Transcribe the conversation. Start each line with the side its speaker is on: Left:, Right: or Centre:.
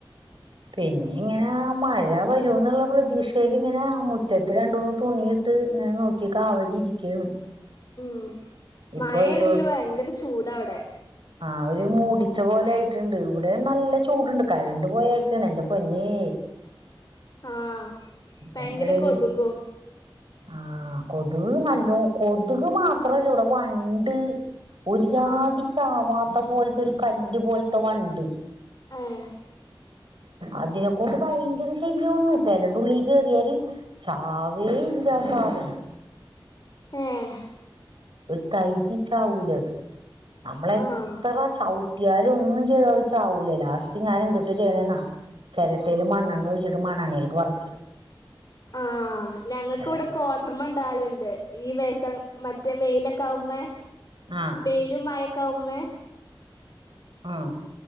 Right: പിന്നെ ഇങ്ങനെ മഴ വരൂ എന്നുള്ള പ്രതിക്ഷയിൽ ഇങ്ങനെ മുറ്റത്ത് രണ്ടന്ന് തുണി ത്തങ്ങനെ നോക്കി കാവലി ഇരിക്കയാണ്.
Left: ഉ
Right: ഇപ്പൊ
Left: മഴയാണെങ്കിലും
Right: ഒരു
Left: ഭയങ്കര ചൂടാണിവിടെ
Right: ആ ഒരു മൂടിച്ച പോലെ ആയിട്ടുണ്ട് ഇവിടെ നല്ല ചൂടുണ്ട് കരണ്ട് പോയക്കാണ് എന്റെ പൊന്നേ
Left: ആഹ് ഭയങ്കര
Right: അയ്ന്റെടെയില്
Left: കൊതുകും
Right: ആഹ് കൊതുക് നല്ലോ കൊതുക് മാത്രല്ല ഇവിടെ വണ്ട് ഒരു ജാതി
Left: ആഹ്
Right: ചാവാത്ത പോലത്തെ ഒരു കല്ല് പോലത്തെ വണ്ട്
Left: ഏഹ
Right: അതിനെക്കൊണ്ട് ഭയങ്കര ശല്യംന്ന് പെരന്റെള്ളിൽ കേറിയല് ചാവെ ഇല്ല ആ സാധനം
Left: ഏഹ്
Right: ഒരു തൈതി ചാവലത് നമ്മളെത്ര
Left: ആഹ്
Right: ചവി ട്ടിയാലും ഒന്നും ചെയ്താ ചാവൂലേ ലാസ്റ്റ് ഞാനന്തുട്ടാ ചെയ്ണന്നോ ചിരട്ടെല് മണ്ണെണ്ണ ഒഴിച്ച് മണ്ണണ്ണലെക്ക് വറക്കിടും
Left: ആഹ് ഞങ്ങൾക്ക്
Right: അല്ലാണ്ട്
Left: ഇവിടെ കോ ർമ്മണ്ടാല്ണ്ട്. ഈ വേസം മറ്റേ മെയ്ലക്കാവുമ്പോ
Right: ആഹ്
Left: വെയിലും മഴക്കാവുമ്മെ
Right: ആഹ്